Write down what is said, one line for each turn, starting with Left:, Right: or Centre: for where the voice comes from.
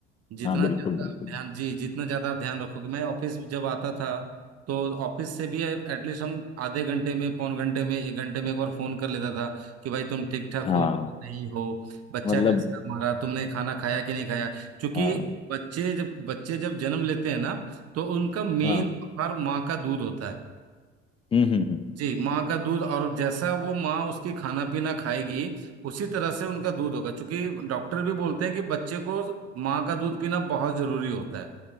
Right: जितना
Left: हाँ बिल्कुल
Right: ज्यादा
Left: बिल्कुल
Right: आप ध्यान जी जितना ज्यादा आप ध्यान रखोगे मैं ऑफिस जब आता था तो ऑफिस से भी एटलीस्ट हम आधे घंटे में पौन घंटे में एक घंटे में एक बार फोन कर लेता था कि भाई तुम ठीक ठाक
Left: हाँ
Right: हो नहीं हो बच्चा
Left: मतलब
Right: कैसा है हमारा तुमने खाना खाया कि नहीं खाया क्योंकि
Left: हाँ
Right: बच्चे जब बच्चे जब जन्म लेते हैं ना तो उनका मेन
Left: हाँ
Right: आहार माँ का दूध होता है
Left: हम्म हम्म हम्म हम्म,
Right: जी माँ का दूध और जैसा वो माँ उसकी खाना पीना खाएगी उसी तरह से उनका दूध होगा क्योंकि डॉक्टर भी बोलते हैं कि बच्चे को माँ का दूध पीना बहुत जरूरी होता है